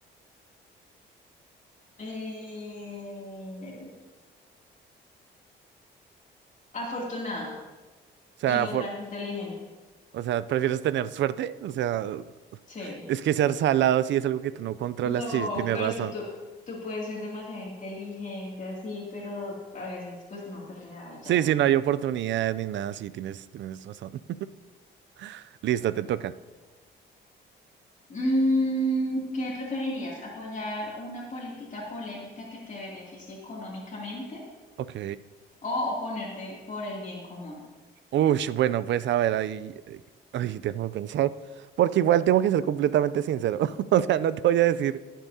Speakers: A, on the left; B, on the right.
A: eh, afortunado
B: O sea,
A: y no
B: for-
A: tan inteligente.
B: o sea, ¿prefieres tener suerte? O sea,
A: Sí.
B: es que ser salado sí es algo que tú no controlas.
A: No,
B: Sí, tienes
A: pero
B: razón.
A: es que tú, tú puedes ser demasiado inteligente así, pero a veces pues no se te da y
B: Sí,
A: ya.
B: sí, no hay oportunidad ni nada, sí, tienes, tienes razón. <laughs> Listo, te toca.
A: Mm, ¿qué preferirías? ¿Apoyar una política polémica que te beneficie económicamente
B: Ok.
A: o oponerte por el bien común?
B: Uy, bueno, pues a ver, ahí, eh, ay, déjame pensar, porque igual tengo que ser completamente sincero. <laughs> O sea, no te voy a decir